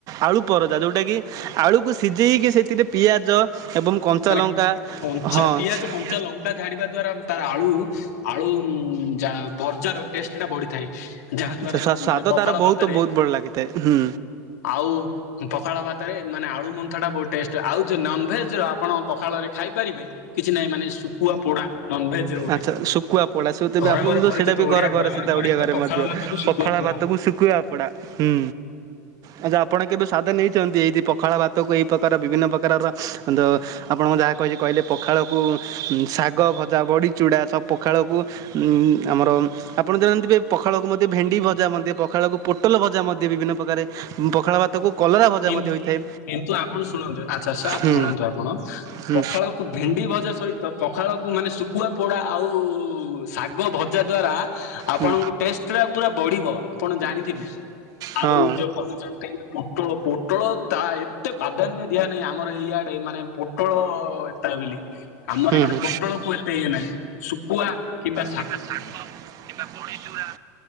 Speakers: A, on the right; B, on the left.
A: ଆଳୁ ପର ଟା ଯୋଉଟା କି ଆଳୁକୁ ସିଝେଇକି ସେଥିରେ ପିଆଜ ଏବଂ କଞ୍ଚା
B: ମାନେ
A: ଲଙ୍କା
B: କଞ୍ଚା
A: ହଁ
B: ପିଆଜ
A: ଆଚ୍ଛା
B: କଞ୍ଚା ଲଙ୍କା ଝାଡିବା ଦ୍ଵାରା ତାର ଆଳୁ ଆଳୁ ଉଁ ଉଁ ଯା ହଉ। ବର୍ଜାର ଟେଷ୍ଟ ଟା ବଢିଥାଏ ଯାହା ଦ୍ଵାରା
A: ସ୍ୱା- ସ୍ୱାଦ
B: ମାନେ ପଖାଳ
A: ତାର ବହୁତ
B: ଭାତରେ
A: ବହୁତ ବଡ଼ ଲାଗିଥାଏ ହୁଁ
B: ଆଉ ପଖାଳ ଭାତରେ ମାନେ ଆଳୁ ମନ୍ଥା ଟା ବ ଆଉ ଯୋଉ ନନଭେଜ ର ଆପଣ ପଖାଳ ରେ ଖାଇପାରିବେ କିଛି ନାହିଁ ମାନେ ଶୁଖୁଆ ପୋଡା। ନନଭେଜ ର ଗୋଟେ
A: ଆଚ୍ଛା ଶୁଖୁଆ ପୋଡା ସେ
B: ଘରେ
A: ଆମ
B: ଘରେ ପରିଚିତ
A: ସେଇଟା ବି
B: ଓଡିଆ
A: ଘର ଘରେ ସେଟା
B: ପରିଚିତ
A: ଓଡିଆ ଘରେ
B: ପଖାଳ
A: ମଧ୍ୟ
B: ଭାତକୁ ଶୁଖୁଆ
A: ପଖାଳ
B: ପୋଡା
A: ଭାତକୁ ଶୁଖୁଆ ପୋଡ଼ା ହୁଁ ଆଚ୍ଛା ଆପଣ କେବେ ସ୍ୱାଦ ନେଇଛନ୍ତି ଏଇିତି ପଖାଳ ଭାତକୁ ଏଇ ପ୍ରକାର ବିଭିନ୍ନକାର ପ୍ରକାରର ଆପଣ ଯାହା କହିଛି କହିଲେ ପଖାଳକୁ ଶାଗ ଭଜା ବଡ଼ି ଚୁଡ଼ା ସବୁ ପଖାଳକୁ ଉଁ ଆମର ଆପଣ ଜାଣିଥିବେ ପଖାଳକୁ ମଧ୍ୟ ଭେଣ୍ଡି ଭଜା ମଧ୍ୟ ପଖାଳ ପଖାଳକୁ ପୋଟଲ ଭଜା ମଧ୍ୟ ବିଭିନ୍ନ ପ୍ରକାର ପଖାଳ ଭାତକୁ କଲରା ଭଜା
B: କି
A: ମଧ୍ୟ ହୋଇଥାଏ।
B: କିନ୍ତୁ ଆପଣ ଶୁଣନ୍ତୁ ଆଚ୍ଛା ସାର୍
A: ହୁଁ
B: ଶୁଣନ୍ତୁ ଆପଣ
A: ହୁଁ
B: ପଖାଳକୁ ଭେଣ୍ଡି ଭଜା ସହିତ ପଖା ପଖାଳକୁ ମାନେ ଶୁଖୁଆ ପୋଡ଼ା ଆଉ ଶାଗ ଭଜା ଦ୍ଵାରା ଆପଣଙ୍କୁ
A: ହୁଁ।
B: ଟେଷ୍ଟ ଟା ପୁରା ବଢିବ ଆପଣ ଜାଣିଥିବେ। ଆଉ
A: ହଁ
B: ଯୋଉ କହୁଛନ୍ତି <unintelligible> ପୋଟଳ ତା ଏତେ ପ୍ରାଧାନ୍ୟ ଦିଆ ନାହିଁ ଆମର ଏଇଆଡେ ମାନେ ପୋଟଳ ତା ବୋଲି ଆମର
A: ହୁଁ
B: ଇଆଡେ
A: ହୁଁ
B: ପୋଟଳକୁୁ ଏତେ ଇଏ ନାହିଁ ଶୁଖୁଆ କିମ୍ବା
A: କିମ୍ବା ଶାଗ କିମ୍ବା ବଡ଼ିଚୁୁରା